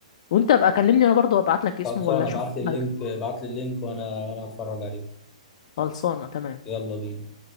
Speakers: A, on the left; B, on the left.
A: وانت بقى كلمني انا برضه وابعت لك اسمه
B: خلصانه
A: ولا اشوف
B: ابعت لي اللينك
A: حاجه
B: ابعت لي اللينك وانا وانا هتفرج عليه
A: خلصانه تمام
B: يلا بينا